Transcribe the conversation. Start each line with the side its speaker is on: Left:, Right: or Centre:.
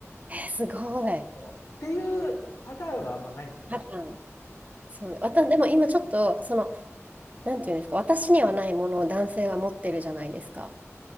Right: えー、すごい。
Left: そうっていうパターンはあんまないんだよね、
Right: パターン。
Left: じゃあ。
Right: そう。
Left: うん。
Right: わた、でも今ちょっと、その、なんていうんですか、私にはないものを男性は持ってるじゃないですか。